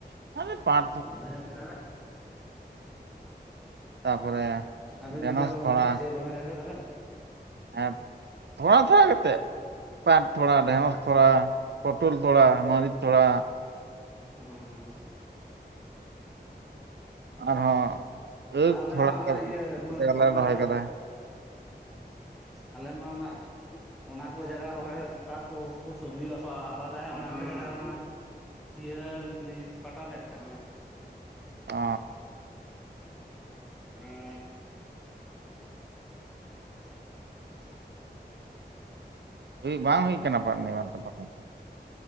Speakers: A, on the right; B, in the centre.
A: <inaudible> ᱯᱟᱨ
B: ᱟᱡᱚᱢ ᱠᱮᱫᱟ ᱵᱮᱱ?
A: ᱛᱟᱯᱚᱨᱮ
B: ᱟᱵᱮᱱ
A: ᱰᱷᱮᱸᱲᱚᱥ
B: ᱵᱟᱵᱮᱱ ᱨᱚᱦᱚᱭ
A: ᱛᱷᱚᱲᱟ
B: ᱠᱟᱫᱟ, ᱮ ᱵᱟᱵᱮᱱ ᱮᱨ ᱠᱟᱫᱟ ᱵᱮᱱ?
A: ᱦᱮᱸ <unintelligible> <unintelligible> ᱠᱟᱛᱮᱫ ᱯᱟᱴ ᱛᱷᱚᱲᱟ, ᱰᱷᱮᱸᱲᱚᱥ ᱛᱷᱚᱲᱟ, ᱯᱚᱴᱚᱞ ᱛᱷᱚᱲ, ᱟ ᱢᱟᱹᱨᱤᱪ ᱛᱷᱚᱲᱟ
B: ᱦᱚᱸ ᱦᱚᱸ ᱦᱚᱸ
A: ᱟᱨᱦᱚᱸ ᱟᱠᱷ
B: ᱟᱞᱮ
A: ᱛᱷᱚᱲᱟᱜᱟᱱ
B: ᱢᱟ ᱚᱱᱟ ᱤᱭᱟᱹ
A: ᱤᱛᱟᱹ
B: ᱚᱱᱟ
A: ᱞᱮ ᱨᱚᱦᱚᱭ ᱠᱟᱫᱟ
B: ᱟᱞᱮ ᱢᱟ ᱚᱱᱟ ᱚᱱᱟ ᱠᱚ ᱡᱟᱭᱜᱟ ᱨᱮᱚᱦᱚᱭ ᱚᱠᱟ ᱠᱚᱠᱚ ᱥᱚᱵᱡᱤ ᱠᱚ ᱟᱵᱟᱫᱟᱟᱭ ᱚᱱᱟ ᱠᱚ ᱡᱟᱭᱜᱟ ᱨᱮᱢᱟ, ᱤᱭᱟᱹ ᱯᱟᱴᱟ ᱞᱮ ᱨᱟᱠᱟᱵ ᱫᱟ
A: ᱚ
B: <inaudible> ᱦᱩᱸ ᱦᱩᱸ
A: ᱦᱩᱭ ᱵᱟᱝ ᱦᱩᱭ ᱟᱠᱟᱱᱟ ᱱᱮ ᱵᱟᱨ ᱯᱟᱛᱟ ᱫᱚ